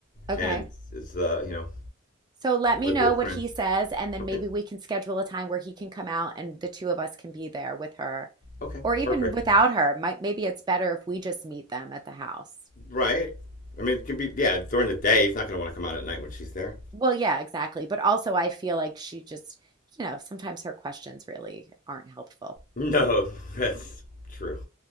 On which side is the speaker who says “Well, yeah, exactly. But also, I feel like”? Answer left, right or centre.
Right